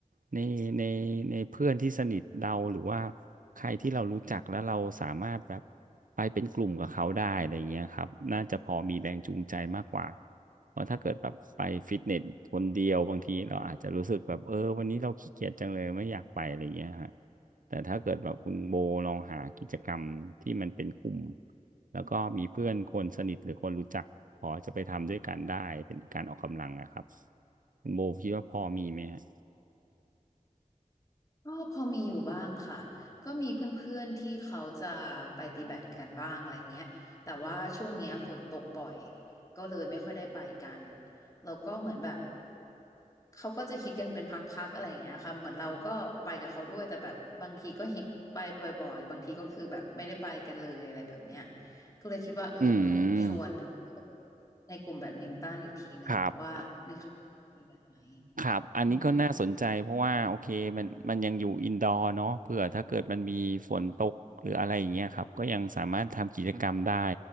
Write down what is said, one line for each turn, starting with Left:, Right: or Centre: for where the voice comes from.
Right: ในในในเพื่อนที่สนิทเราหรือว่าใครที่เรารู้จักแล้วเราสามารถแบบไปเป็นกลุ่มกับเขาได้อะไรเงี้ยครับน่าจะพอมีแรงจูงใจมากกว่าเพราะถ้าเกิดแบบไปฟิตเนสคนเดียวบางทีเราอาจจะรู้สึกแบบเออวันนี้เราขี้เกียจจังเลยไม่อยากไปอะไรเงี้ยฮะ แต่ถ้าเกิดแบบคุณโบลองหากิจกรรมที่มันเป็นกลุ่มแล้วก็มีเพื่อนคนสนิทหรือคนรู้จักพอจะไปทำด้วยกันได้เป็นการออกกำลังอะครับคุณโบคิดว่าพอมีไหมฮะ
Left: ก็พอมีอยู่บ้างค่ะก็มีเพื่อนๆที่เขาจะไปตีแบดกันบ้างอะไรเงี้ยแต่ว่าช่วงเนี้ยฝนตกบ่อยก็เลยไม่ค่อยได้ไปกันแล้วก็เหมือนแบบเขาก็จะฮิตกันเป็นพักๆอะไรอย่างเงี้ยค่ะเหมือนเราก็ไปกับเขาด้วยแต่แบบบางทีก็ฮิตไปบ่อยๆบางทีก็คือแบบไม่ได้ไปกันเลยอะไรแบบเนี้ยก็เลยคิดว่าเออเดี๋ยวชวนเพื่อน
Right: อืม
Left: ในกลุ่มแบดมินตันอีกทีหนึ่งว่ามีใครตีแบดไหม
Right: ครับ ครับ อันนี้ก็น่าสนใจเพราะว่าโอเคมันมันยังอยู่อินดอร์เนาะเผื่อถ้าเกิดมันมีฝนตกหรืออะไรอย่างเงี้ยครับก็ยังสามารถทำกิจกรรมได้
Left: อือฮึ